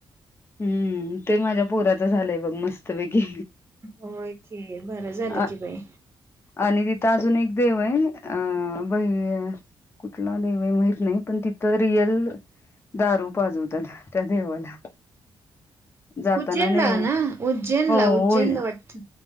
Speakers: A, on the left; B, on the right.
A: हम्म ते माझ्या पोराचं झालंय बघ मस्तपैकी
B: होय की बरं झालं
A: अ
B: की बाई.
A: आणि तिथं अजून एक देव आहे अ बाई कुठला देव आहे माहित नाही पण तिथं रियल दारू पाजवत आल त्या देवाला जाताना
B: उज्जैन
A: नाही
B: ला ना उज्जैनला
A: हो
B: उज्जैन ला वाटत